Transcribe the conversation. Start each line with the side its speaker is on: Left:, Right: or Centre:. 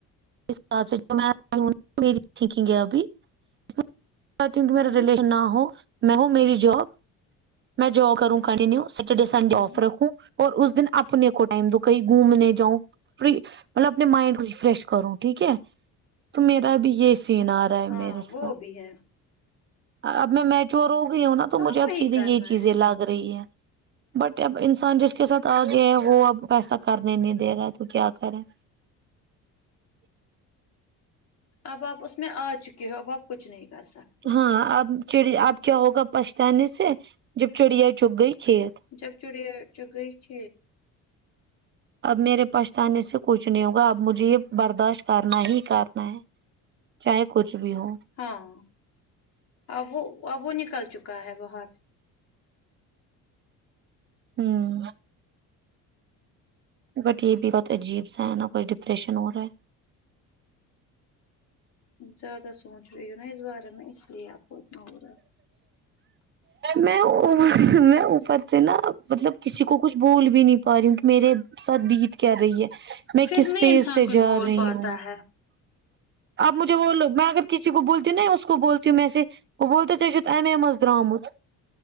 Right: اس حاب سے جو میںئی ہوں میری ٹھیکنگ ہے ابھی اس میں اہتیوں کہ میرا
Left: ہوں
Right: ریلیشن نہ ہو میں ہوں میری جاب میں جاب کروں کنٹینیو سٹرڈے سنڈے
Left: ہوں
Right: آفر رکھوں اور اس دن اپنے کو ٹائم دو کہیں گھومنے جاؤں فری مطلب اپنے مائنڈ کو فریش کروں ٹھیک ہے تو میرا بھی یہ سین آ رہا ہے
Left: ہاں
Right: میرے
Left: وہ
Right: ساتھ
Left: بھی ہے
Right: اب میں میچور ہو گئی ہوں نا تو
Left: ہاں
Right: مجھے اب
Left: وہی
Right: سیدھے یہی
Left: کرنا
Right: چیزیں
Left: ہے
Right: لگ رہی ہیں بٹ اب انسان جس کے ساتھ آ گیا ہے وہ اب ویسا کرنے نہیں دے رہا ہے تو کیا کرے ایک
Left: اب آپ اس میں آ چکے ہو اب آپ کچھ نہیں کر سکتے
Right: ہاں اب چڑ اب کیا ہوگا پچھتانے سے جب چڑیا چگ گئی کھیت
Left: جب چڑی چ گئی تھ
Right: اب میرے پچھتانے سے کچھ نہیں ہوگا اب مجھے یہ برداشت کرنا ہی کرنا ہے چاہے کچھ بھی ہو
Left: ہاں اب وہ اب وہ نکل چکا ہے باہر
Right: ہوں بٹ یہ بھی بہت عجیب سا ہے نا کچھ ڈپریشن ہو رہا ہے
Left: زیادہ سونچ رہی ہو نا ا اس بارے میں ا اس لیے آپ ہوورا
Right: میں میں اوپر سے نا مطلب کسی کو کچھ بھول بھی نہیں پا رہی ہوں کہ میرے ساتھ بیت کر رہی ہے میں
Left: پھر
Right: کس
Left: نہیں
Right: فیز
Left: انسان
Right: سے
Left: کچھ
Right: جا
Left: بول
Right: رہی
Left: پاتا
Right: ہوں
Left: ہے
Right: اب مجھے وہو میں اگر کسی کو بولتی ہوں ن اس کو بولتی ہوں میں سے بول تو چے چت امے م میں درامت